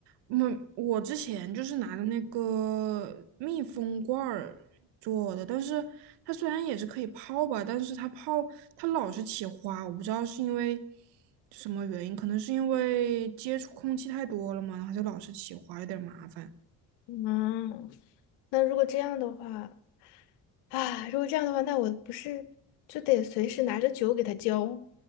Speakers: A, on the right; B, on the left.
A: 我我之前就是拿的那个密封罐儿做的，但是它虽然也是可以泡吧，但是它泡它老是起花，我不知道是因为什么原因，可能是因为接触空气太多了嘛，然后就老是起花，有点麻烦。
B: 嗯，那如果这样的话，啊，如果这样的话，那我不是就得随时拿着酒给他浇？